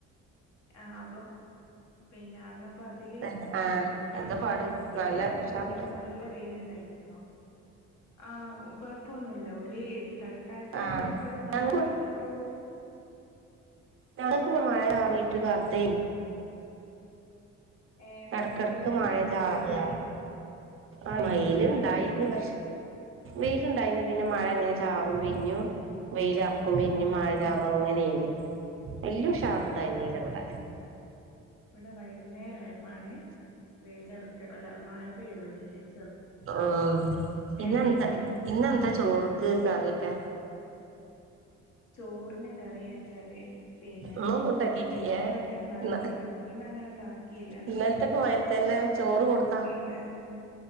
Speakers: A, on the left (about 65°); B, on the right (about 45°).
A: ആഹ്അപ്പൊ പിന്നെ അന്നപ്പോ അതില്
B: എന്ത ആ എന്താ
A: തിരുമ്പിങ്ങാനും
B: പാട്
A: കുറെ
B: നല്ല
A: ഒക്കെ
B: ഉഷാറില്ല
A: തിരുമ്പീന്ന നല്ല വെയിലുണ്ടായി നല്ലോ ആഹ്കൊഴപ്പൊന്നുല്ല ഓല് തൽക്കാലത്തേക്ക്
B: ആ
A: മറ്റേത് നന്നാക്കി
B: ഞങ്ങക്ക്
A: കി ട്ടോളു
B: ഞങ്ങക്ക് ഇവടെ മഴ മാറിയിട്ട് <unintelligible>
A: ഏഹ്
B: ഇടക്കിടയ്ക്ക്
A: നല്ല
B: മഴ ചാറുക
A: വെയിലായിനു
B: ആ
A: ഏഹ്
B: വെയിലുണ്ടായിന്ന്
A: ഇവിട്ക്ക് നല്ല വെയിലായിനു
B: പക്ഷെ വെയിലുണ്ടായിന്ന് പിന്നെ മഴ ങ്ങനെ ചാറും പിന്നും വെയിലറക്കും പിന്നും
A: ഉം
B: മഴ ചാറും അ അങ്ങനെയന്ന് വെല്ല്യഉഷാർണ്ടായി
A: ആഹ് ആഹ്
B: നീലവിടെ
A: ഇവിടെ വൈകുന്നേരമായപ്പാണ് വെയിലറക്ക അല്ല മഴ പെയ്തു തുടങ്ങിയത്
B: ആഹ് ഇന്നെന്താ
A: വെയിലേനു
B: ഇന്നെന്താ ചോറ്ക്ക് കറിയൊക്കെ
A: ചോറിന് കറിന്ന് വെച്ചാല് പിന്നെ
B: ഇന്നൊന്നും ഉണ്ടാക്കീട്ടില്ലേ
A: പയറിന്റെ കറി ഇന്ന അങ്ങനെ ഒന്നും ആക്കില്ല
B: ഇന്ന
A: ഇന്ന അങ്ങനെ ഒന്നും ആക്കിയില്ല
B: ഇന്നലത്തൊക്കെ മാതിരി തന്നെ ചോറ് കൊടന്നാ
A: ഉം